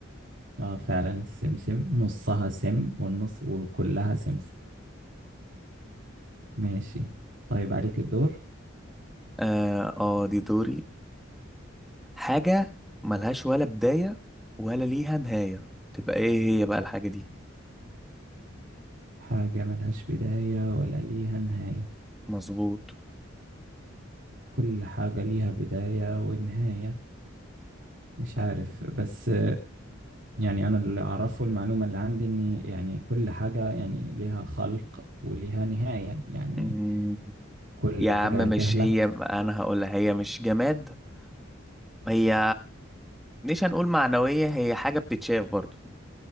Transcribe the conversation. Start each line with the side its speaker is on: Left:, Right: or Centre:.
Right: اه فعلا السمسم نصها سم والنص وكلها سمسم ماشي طيب عليك الدور
Centre: اه آه، دي دوري حاجة ملهاش ولا بداية ولا ليها نهاية تبقى ايه هي بقى الحاجة دي
Right: حاجة ملهاش بداية ولا ليها نهاية
Centre: مظبوط
Right: كل حاجة ليها بداية ونهاية مش عارف بس يعني أنا اللي أعرفه المعلومة اللي عندي إن يعني كل حاجة يعني ليها خلق وليها نهاية يعني
Centre: مم.
Right: كل
Centre: يا عم
Right: حاجة
Centre: مش
Right: هتهلك
Centre: هي انا هقولها هي مش جماد هي مش هنقول معنوية هي حاجة بتتشاف برضو